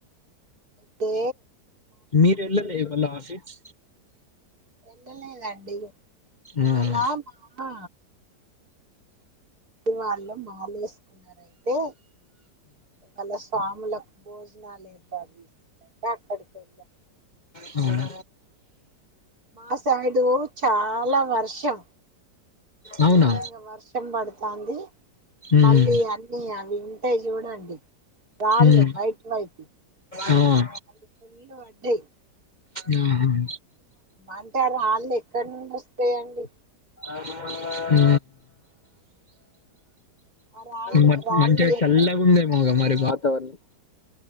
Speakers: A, on the right (about 55°); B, on the left (about 35°).
A: తే
B: మీరు వెళ్ళ లే ఇవల్ ఆఫీస్
A: వెళ్లలేదు దండి
B: ఉమ్,
A: ఇలా మా వాళ్ళం మాలేస్ సరైయితే మళ్ళ స్వాములకు భోజనాలు లేదు బాజ <inaudible>
B: హ్మ్
A: మాసైడు చాలా వర్షం
B: అవునా
A: గోరంగా వర్షం పడుతు తాంది
B: ఉమ్,
A: మళ్ళీ అన్ని అవి ఉంటాయి చూడండి రాళ్లు
B: ఉమ్,
A: వైట్ వైట్
B: ఆ, ఆహా,
A: అది మీద పడ్లాయ్
B: ఉమ్.
A: అంటే ఆ రాళ్ళ ఎక్కడి నుండి వస్తాయండి
B: హ
A: ఆ రాళ్ళు
B: మ
A: రాళ్ళు
B: మంచిగా
A: ఎక్క
B: చల్ గు ఉంద మగ మరి వాతావరణం